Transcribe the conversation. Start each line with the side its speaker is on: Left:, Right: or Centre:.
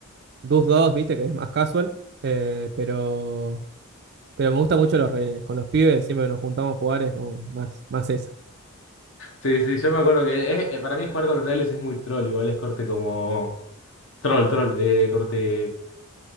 Right: Dust 2, viste, que es más casual. eh, pero. Pero me gusta mucho los rehenes. Con los pibes, siempre que nos juntamos a jugar es como más, más esa.
Left: Sí, sí, yo me acuerdo que es- eh, para mí jugar con reales es muy troll, igual es corte como... Troll, troll, eh, corte...